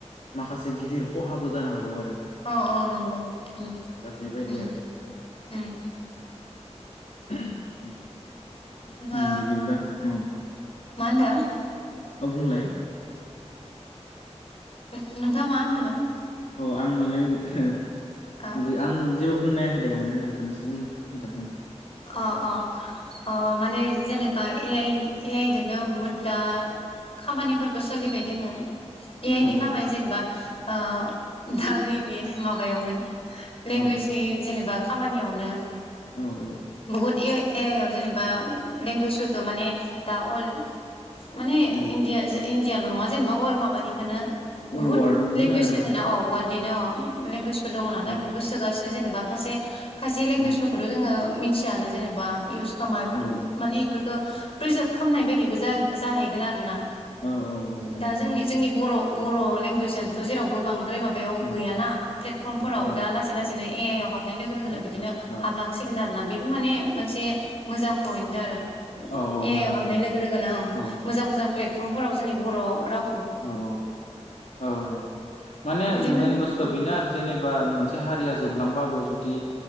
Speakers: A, on the left; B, on the left.
A: माखासे गिदिर खहाबो जानो हागौ आरो।
B: औ औ नंगौ ओम
A: दा बेबायदि
B: ओम
A: आरो
B: ओम
A: <unintelligible>
B: होमबा
A: उम बिदिब्ला उम
B: मा होनदों?
A: औ बुंलाय?
B: नों-नोंथाङा मा होनदोंमोन?
A: औ आं माने एहे
B: औ
A: आं जेबो बुंना ए आंलाय नोंथांखौसो बुंनो खोनथादों।
B: अ अ अ माने जेनेबा ए आइ-ए आइ बिदिनो बहुद दा खामानिफोरबो सोलिबाय दोङो। ए आइनि
A: आं औ
B: खामानि जेनेबा ओ दा नैबे माबायावनो लेंगुवेजनि
A: औ
B: जेनेबा खामानियावनो
A: औ औ
B: बुहुत ए आइ-ए आइ आव जेनेबा लेंगुवेजफोरखौ माने दा अल माने
A: औ
B: इण्डिया जो इण्डि याल' नङा जेनेबा अल माबानिखौनो बुहुद
A: अल वार्डनिनो
B: लेंगुवेज
A: आरो
B: दोङ ना औ वल्डनिनो अ लेंगुवेज दङ नालाय
A: औ
B: बेखौ सोगासि जेनेबा खायसे खायसे लेंगुवेज
A: औ
B: फोरखौथ' जोङो मिन थियानो जेनेबा इउस खामा बेफोर
A: औ
B: माने इफोरफोरखौ खामनाय बायदिबो जा-जाहैगोन आरो ना
A: औ औ नंगौ
B: दा जोंनि-जोंनि बर' बर' लेंगुवेज आानोथ' जेरावबो बां द्रय माबायाव
A: नंगौ।
B: गैयाना प्लेटफर्मफोराव
A: औ औ
B: दा लासै लासैनो ए आइ आव हाबनाय लोगो लोगोनो बिदिनो
A: औ
B: हाबलांसिगोन आरो। बेबो माने मोनसे मोजां पइेन्ट आरो।
A: औ औ
B: ए आइ
A: मोजां
B: हाबनाय
A: पइन्ट
B: लोगो-लोगोनो ओं
A: औ
B: मोजां-मोजां प्लेटफर्मफोराव जोंनि बर' राव
A: औ औ औ औ माने
B: बिदिनो
A: मेन बुस्थुआ
B: औ
A: बेनो आरो जेनेबा मोनसे हारिया जोब लांबाबो जुदि